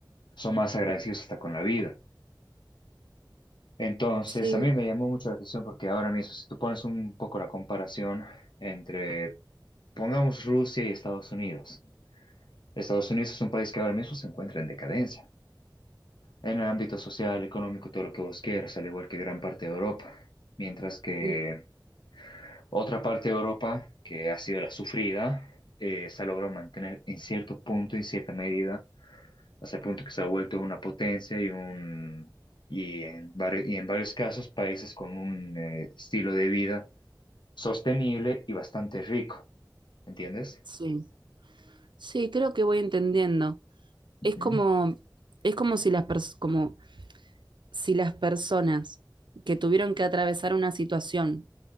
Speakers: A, on the left; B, on the right.
A: son más agradecidos hasta con la vida. Entonces,
B: Sí,
A: a mí me llamó mucho la atención porque ahora mismo, si tú pones un poco la comparación entre, pongamos, Rusia y Estados Unidos. Estados Unidos es un país que ahora mismo se encuentra en decadencia. en el ámbito social, económico, todo lo que vos quieras, al igual que gran parte de Europa. Mientras que
B: mm,
A: otra parte de Europa, que ha sido la sufrida, eh, se ha logrado mantener en cierto punto, en cierta medida, hasta el punto que se ha vuelto una potencia y un... Y en, vari- y en varios casos, países con un eh, estilo de vida sostenible y bastante rico, ¿entiendes?
B: sí, sí, creo que voy entendiendo.
A: Ujú.
B: Es como, es como si las pers- como si las personas que tuvieron que atravesar una situación